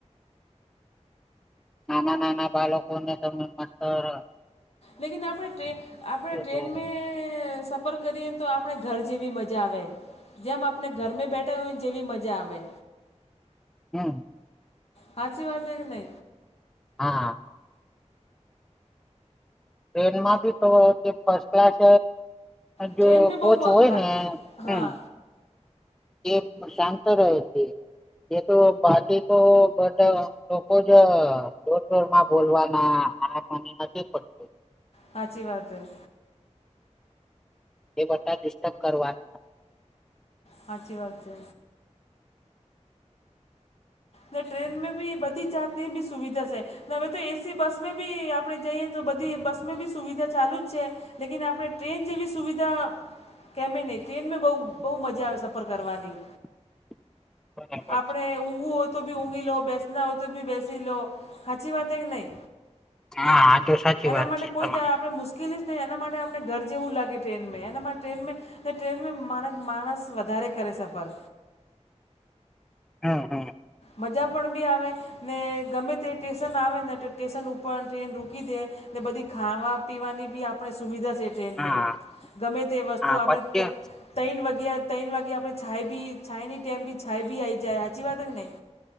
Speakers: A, in the centre; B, on the left.
A: નાના નાના બાળકો ને તમને ભણતર
B: લેકિન આપણે ટ્રેન આપણે ટ્રેન
A: તો
B: મે સફ સફર કરીએ ને તો આપણે ઘર જેવી મજા આવે જેમ આપણે ઘરમે બેઠા હોય ને જેવી મજા આવે.
A: હમમ.
B: હાચી વાત હે કે નય.
A: હા. ટ્રેન માં થી તો ફર્સ્ટ ક્લાસ જો
B: ટ્રેન મેં
A: કોચ
B: બહુ
A: હોય
B: હા
A: ને હમમ
B: હા
A: એ શાંત રહે છે નય તો બાકી તો બધા લોકો જ જોર જોર માં બોલવાના આ મને નથી પડતું.
B: હાચી વાત હૈ.
A: એ બધા ડિસ્ટર્બ કરવાના.
B: હાચી વાત છે. ને ટ્રેનમેં બી બધી જાતની બી સુવિધા છે. હવે તો એસી બસ મે બી આપડે જઈએ તો બધી બસમેં બી સુવિધા ચાલુ જ છે. લેકિન આપણે ટ્રેન જેવી સુવિધા કેમે નહીં ટ્રેનમેં બહુ બહુ મજા આવે સફર કરવાની.
A: <inaudible>
B: આપડે
A: છે
B: ઊંઘવું હોય તો બી ઊંઘી લો બેસના હોય તો બી બેસી લો હાચી વાતે કે નઈ
A: હા આ તો સાચી
B: એના
A: વાત
B: માટે
A: છે
B: કોઈ
A: તમારી
B: <unintelligible> આપણે મુશ્કેલી તે એના માટે આપને ઘર જેવું લાગે ટ્રેન મેં એના માટે ટ્રેન મેં તે ટ્રેનમેં મારગ માણસ વધારે કરે સફર
A: હમ્મ હમ્મ
B: મજા પણ બી આવે ને ગમે તે ટેશન આવે ને તો ટેશન ઉપર ટ્રેન રૂકી દે ને બધી ખાવા પીવાની બી આપણે સુવિધા છે. ટ્રેન
A: હા
B: મે ગમે તે વસ્તુ
A: હા
B: આપણે
A: પત્ય
B: તૈન વાગ્યાં તૈન વાગ્યે આપડે છાય બી છાયની ટાઈમ બી છાય બી આવી જાય હાચી વાત કે નહીં.